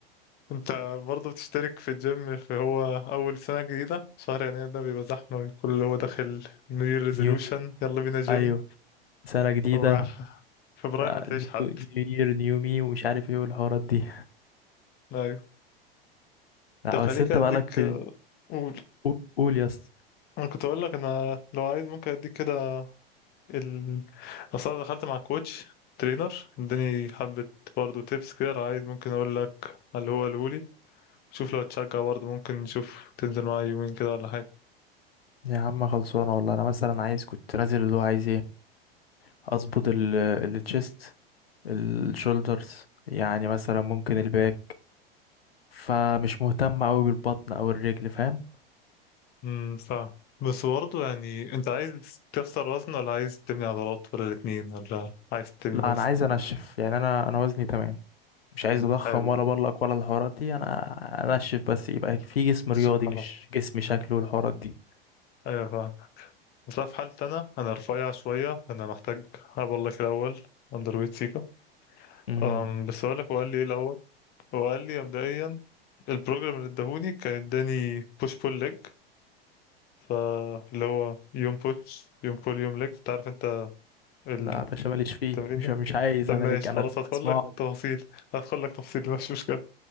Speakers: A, on the left; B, on the left.
A: انت برضه بتشترك في الجيم في هو اول سنة جديدة شهر يناير ده بيبقى زحمة الكل اللي هو داخل
B: <laughs>
A: نيو يير ريزولوشن
B: نيومي
A: يلا بينا جيم
B: أيوة سنة جديدة
A: هو فبراير
B: آه،
A: ما تلاقيش
B: نيو
A: حد
B: نيو يير نيو مي ومش عارف ايه والحوارات دي
A: ايوه
B: لا
A: طب خليك
B: بس انت
A: اديك
B: بقالك في ال...
A: قول
B: قول قول يا اسطى
A: انا كنت اقول لك انا لو عايز ممكن اديك كده ال أصل أنا دخلت مع كوتش ترينر اداني حبة برضه تيبس كده لو عايز ممكن اقول لك اللي هو الهولي شوف لو تشجع برضه ممكن نشوف تنزل معايا يومين كده ولا حاجة
B: يا عم خلصانه والله انا مثلا عايز كنت نازل اللي هو عايز ايه اظبط ال التشيست الشولدرز يعني مثلا ممكن الباك فمش مهتم قوي بالبطن او الرجل فاهم
A: امم ف بس برضه يعني انت عايز تخسر وزن ولا عايز تبني عضلات ولا الاتنين ولا عايز تبني
B: لا
A: وزن
B: انا عايز انشف يعني انا انا وزني تمام مش عايز اضخم
A: حلو
B: ولا بلق ولا الحوارات دي انا انشف بس يبقى في جسم رياضي
A: مش حرام
B: مش جسم شكله والحوارات دي
A: ايوه فاهم بس أنا في حالتي انا انا رفيع شويه انا محتاج اقول لك الاول اندر ويت سيكا
B: امم
A: أم بس اقول لك هو قال لي ايه الاول هو قال لي مبدئيا البروجرام اللي اداهوني كان اداني بوش بول ليج فاللي هو يوم بوش يوم بول يوم ليج انت عارف انت التمرين
B: لا يا باشا ماليش فيه مش
A: ده
B: مش عايز
A: طب
B: انا
A: ماشي
B: ليك انا
A: خلاص
B: اللي
A: هدخل
B: بسمعك
A: لك تفاصيل هدخل لك تفصيل مش مشكله